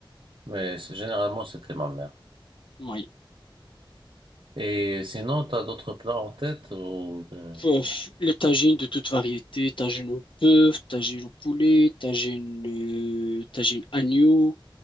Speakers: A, on the right; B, on the left.
A: Mais c'est- généralement, c'était ma mère.
B: Oui.
A: Et sinon, t'as d'autres plats en tête ou de...
B: Pouf, les tagines de toute variété, tagine au bœuf, tagine au poulet, tagine, euh, tagine agneau,